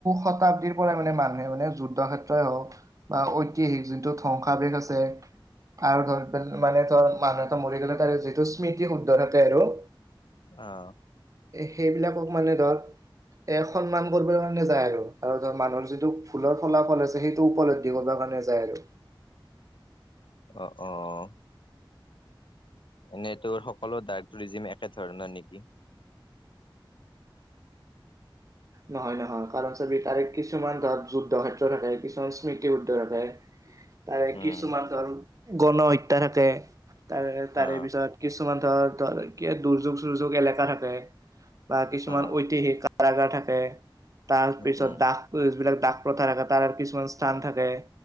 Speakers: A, on the right; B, on the left.
A: শতাব্দীৰ পৰাই মানে মানুহে মানে যুদ্ধ ক্ষেত্ৰই হওক বা ঐতিহাসিক যোনটো ধ্বংসাৱেশ আছে। আৰু ধৰি মানে ধৰ মানুহ এটা মৰি গলে তাৰে যিটো স্মৃতি শুদ্ধ থাকে আৰু
B: অ'।
A: সেইবিলাকক মানে ধৰ এ সন্মান কৰিব কাৰণে যায় আৰু ধৰ মানুহৰ যিটো ভুলৰ ফলাফল আছে সেইটো উপলব্ধ কৰিব কাৰণে যায় আৰু।
B: অ', অ' এনেই তোৰ সকলো ডাৰ্ক টুৰিজিম একে ধৰণৰ নেকি?
A: নহয় নহয় কাৰণ চাবি তাৰে কিছুমান ধৰক যুদ্ধ ক্ষেত্ৰ থাকে কিছুমান স্মৃতিবুদ্ধ থাকে। তাৰে
B: উম
A: কিছুমান ধৰ গণ হত্যা থাকে তাৰে তাৰে
B: অ
A: পিছত কিছুমান ধৰ ধৰ দুৰ্যোগ চুৰ্যোগ এলেকা থাকে বা কিছুমান
B: অ
A: ঐতিহিক কাৰাগাৰ থাকে তাৰ
B: উম
A: পিছত
B: উম
A: দাগ বিলাক দাক প্ৰথা থখে তাৰ কিছুমান স্থান থাকে।